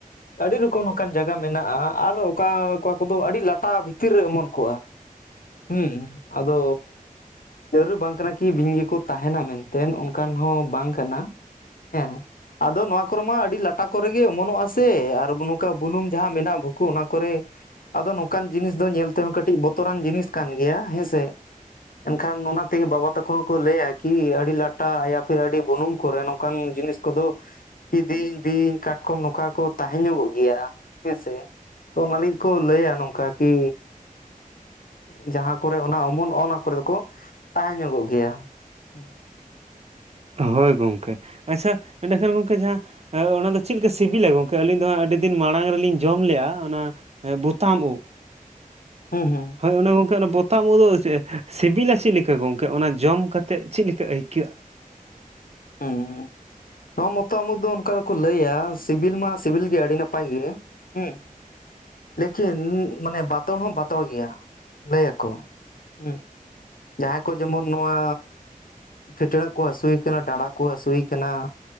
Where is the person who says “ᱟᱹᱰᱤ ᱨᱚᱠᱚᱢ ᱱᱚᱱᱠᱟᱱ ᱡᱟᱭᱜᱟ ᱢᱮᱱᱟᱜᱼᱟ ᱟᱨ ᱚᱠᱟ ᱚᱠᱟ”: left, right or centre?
Left